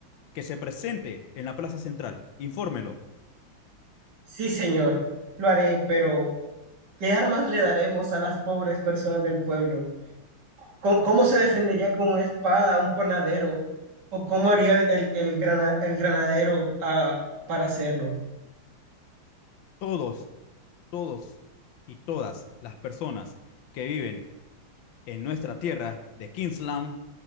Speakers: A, on the left (about 75°); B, on the right (about 55°).
A: que se presente en la plaza central. Infórmelo.
B: Sí, señor, lo haré, pero ¿Qué armas le daremos a las pobres personas del pueblo? ¿Cómo, cómo se defendería con una espada un panadero? ¿O cómo haría el, el, el grana- el granadero ah, para hacerlo?
A: Todos, todos y todas las personas que viven en nuestra tierra de Kingsland